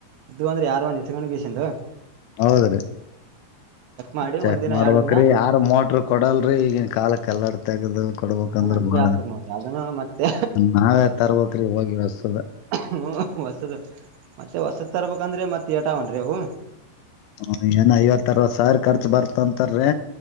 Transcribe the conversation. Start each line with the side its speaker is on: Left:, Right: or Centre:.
Right: ಇದು ಅಂದ್ರೆ ಯಾರು ಅಸ್ಕೋಂಡ ಕೇಸಿಂದ,
Left: ಹೌದ್ರಿ
Right: ಮಾಡಿ
Left: ಚೆಕ್
Right: ಒಂದಿನ
Left: ಮಾಡ್ಬಕ್ರಿ
Right: ಎರಡ್ ದಿನ
Left: ಯಾರ ಮೋಟ್ರ ಕೊಡಲ್ರಿ ಈಗನ್ ಕಾಲಕ್ಕ ಎಲ್ಲಾಡ್ ತಗದ ಕೊಡ್ಬಕ್ಂದ್ರ
Right: ಹ ಹಿಂಗೆ
Left: ಬಾಳ
Right: ಹಾಕ್ತಿರಿ ನೋಡ್ರಿ ಅದನ್ನು ಮತ್ತೆ
Left: ನಾವೇ ತರಬೇಕರಿ ಹೋಗಿ ಒಸ್ಸುಗ್.
Right: ಹ್ಮ ಹೊಸದ ಮತ್ತೆ ಹೊಸದ. ತರ್ಬೇಕಂದ್ರೆ ಮತ್ತ ಏಟಾ ಹೊಂಟಿದೆವು.
Left: ಹ ಏನ ಐವತ್ತ ಅರವತ್ ಸಾವಿರ್ ಖರ್ಚ ಬರ್ತಂತರಿ.